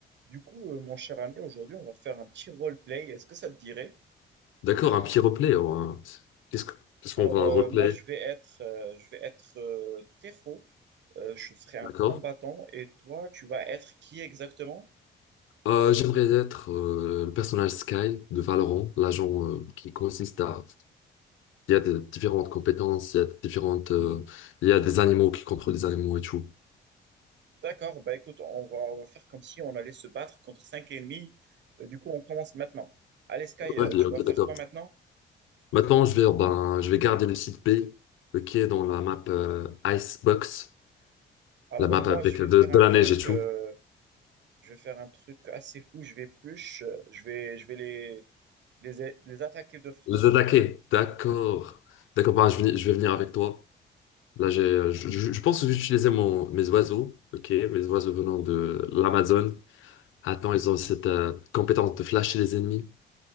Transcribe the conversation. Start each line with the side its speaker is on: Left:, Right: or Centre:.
Right: Du coup, euh, mon cher ami, aujourd'hui, on va faire un petit roleplay. Est-ce que ça te dirait?
Left: D'accord, un petit replay. hein. Qu'est-ce que- qu'est-ce
Right: Alors,
Left: qu'on voit
Right: euh,
Left: en replay?
Right: moi, je vais être, euh, je vais être euh, Tejo. Euh, je serai un
Left: D'accord.
Right: combattant. Et toi, tu vas être qui exactement?
Left: Euh, j'aimerais être euh, le personnage Sky de Valorant, l'agent euh, qui consiste à... Il y a des différentes compétences, il y a des différentes... euh, il y a des animaux qui contrôlent les animaux et tout.
Right: D'accord. Bah, écoute, on va, on va faire comme si on allait se battre contre cinq ennemis. Euh, du coup, on commence maintenant. Allez, Sky,
Left: Ouais,
Right: euh, tu
Left: ok,
Right: vas faire
Left: d'accord.
Right: quoi maintenant?
Left: Maintenant, je vais, ben, je vais garder le site B euh, qui est dans la map euh, Icebox,
Right: Alors,
Left: la map
Right: moi,
Left: avec
Right: je vais
Left: euh, de,
Right: faire
Left: de
Right: un
Left: la
Right: truc,
Left: neige et tout.
Right: euh, je vais faire un truc assez fou. Je vais push. euh, je vais, je vais les, les, les attaquer de front.
Left: Les attaquer, d'accord. D'accord, ben, je, vais- je vais venir avec toi. Là, j'ai, je, je- je pense que j'utilisais mon, mes oiseaux, ok, mes oiseaux venant de l'Amazone. Attends, ils ont cette euh, compétence de flasher les ennemis.